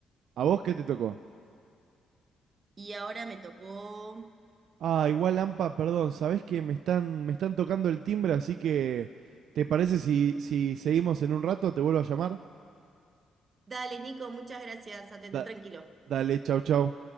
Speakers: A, on the right; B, on the right.
A: ¿A vos qué te tocó?
B: Y ahora me tocó.
A: Ah, igual Ampa, perdón, sabés que me están, me están tocando el timbre, así que ¿te parece si, si seguimos en un rato? ¿Te vuelvo a llamar?
B: Dale, Nico, muchas gracias. Atendé
A: Da-
B: tranquilo.
A: dale, chau, chau.